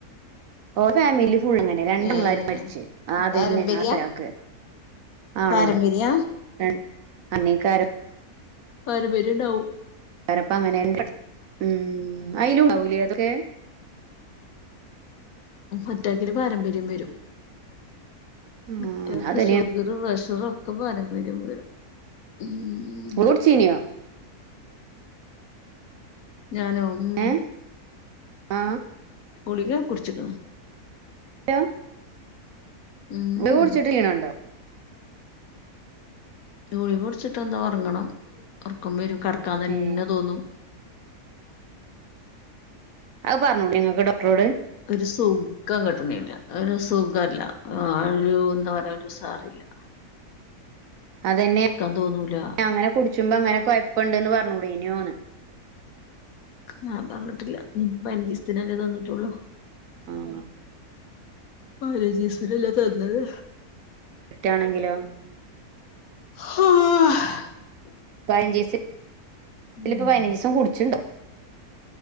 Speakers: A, on the right; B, on the left.
A: ഒ ഫമിലി പുഴുങ്ങനെ രണ്ട്
B: ഏഹ്
A: പിള്ളേർ മരിച്ച് ആ അതെന്നെ
B: പാരമ്പര്യ
A: ആതത്താക്ക് ആണോ
B: പാരമ്പര്യ
A: രണ്ട് അനെക്കാരം
B: പരുപേര് ഉണ്ടാവും
A: വരപ്പങ്ങനെ എന്ത ഉ ആയിലുണ്ടാവൂല അതൊക്കെ
B: ആറ്റാക്കിന് പാരമ്പര്യം വരും
A: ഉം
B: അറ്റാക്ക്
A: അതന്നെയാണ്
B: ഷുഗർ പ്രഷറ് ഒക്കെ പാരമ്പര്യം വരും ഉം
A: ഗുളി കുടിച്ചിനേ
B: ഞാനോ ഉം
A: ഏ ആ
B: ഗുളിക കുടിച്ചിക്കണ്
A: ടും
B: ഉം
A: ഇത് കുടിച്ചിട്ട് ക്ഷീണണ്ടോ
B: ഗുളിക കുടിച്ചിട്ട് ഒന്ന് ഒറങ്ങണം ഒറക്കം വരും കടക്കാ തന്നെ
A: ഏ
B: തോന്നും
A: പറഞ്ഞോൂടെ. നിങ്ങൾക്ക് ഡോക്ടറോട്
B: ഒരു സുഖം കിട്ടണല്ല ഒരു സുഖല്ല ഒരു എന്താ പറയാ ഒരുസാറില്ല
A: അതന്നെ
B: തോന്നൂല
A: അങ്ങനെ കുടിച്ചുമ്പ അങ്ങനെ ഇപ്പണ്ടന്ന് പറഞ്ഞൂടെ ഇനോന്ന്
B: ആഹ് പറഞ്ഞിട്ടില്ല നീ പഞ്ചിസ്ത്തിനല്ലേത് തന്നിട്ടുള്ളു
A: ആ
B: പതിനഞ്ചീസത്ത്നല്ലെ തന്നത്
A: തെറ്റാണെങ്കിലോ
B: ആഹ്
A: പതിനഞ്ച് ദിവസത്തില്
B: ഉം
A: പ്പം പതിനഞ്ച് ദിവസം കുടിച്ചുണ്ടോ